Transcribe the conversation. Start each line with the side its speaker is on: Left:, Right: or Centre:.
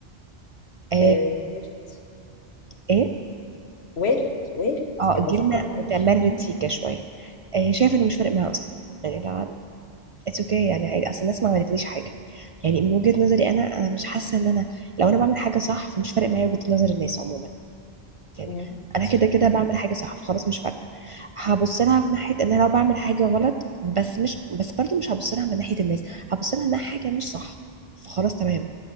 Right: آه،
Left: آه، وارد
Right: ايه
Left: وارد وارد
Right: اه
Left: يعني
Right: جيلنا
Left: بفكر معاكي
Right: متمرد
Left: مم.
Right: سيكا شويه آه شايفه انه مش فارق معاه اصلا يعني لا اتس اوكي okay يعني عادي اصل الناس ما عملتليش حاجه يعني من وجهه نظري انا انا مش حاسه ان انا لو انا بعمل حاجه صح فمش فارق معايا وجهه نظر الناس عموما يعني
Left: مم.
Right: انا
Left: صح
Right: كده كده بعمل حاجه صح فخلاص مش فارقه هبص لها في ناحيه ان انا لو بعمل حاجه غلط بس مش بس برضو مش هبص لها من ناحيه الناس هبص لها انها حاجه مش صح فخلاص تمام